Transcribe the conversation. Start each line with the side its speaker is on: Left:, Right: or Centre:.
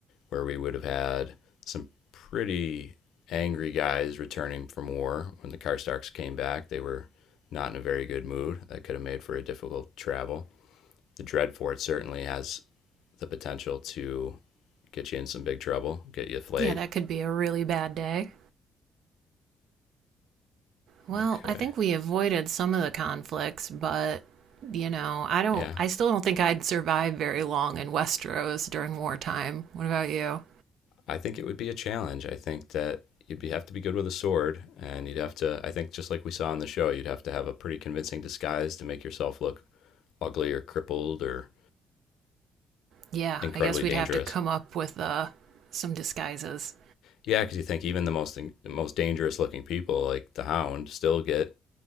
Left: where we would have had some pretty angry guys returning from war. When the Karstarks came back, they were not in a very good mood. That could have made for a difficult travel. The Dreadfort certainly has the potential to get you in some big trouble, get you flayed.
Right: Yeah, that could be a really bad day. Well,
Left: Okay.
Right: I think we avoided some of the conflicts, but you know, I don't
Left: Yeah.
Right: I still don't think I'd survive very long in Westeros during wartime. What about you?
Left: I think it would be a challenge. I think that you'd be, have to be good with a sword, and you'd have to. I think just like we saw on the show, you'd have to have a pretty convincing disguise to make yourself look ugly or crippled or
Right: Yeah,
Left: incredibly
Right: I guess we'd
Left: dangerous.
Right: have to come up with uh, some disguises.
Left: Yeah, because you think even the most the most dangerous looking people, like the Hound, still get